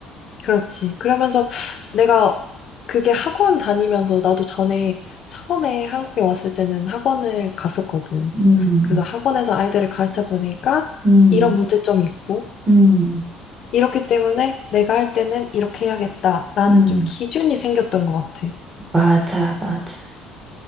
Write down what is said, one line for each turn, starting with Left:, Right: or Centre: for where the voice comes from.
Left: 그렇지. 그러면서 내가 그게 학원 다니면서 나도 전에 처음에 한국에 왔을 때는 학원을 갔었거든.
Right: 음,
Left: 그래서 학원에서 아이들을 가르쳐 보니까
Right: 음,
Left: 이런 문제점이 있고,
Right: 음,
Left: 이렇기 때문에 내가 할 때는 이렇게 해야겠다라는
Right: 음.
Left: 좀 기준이 생겼던 것 같아. <laughs>
Right: 맞아, 맞아.